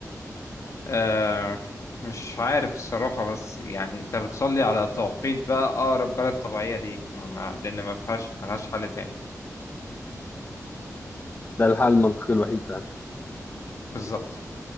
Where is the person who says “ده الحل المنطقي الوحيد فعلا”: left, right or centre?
Left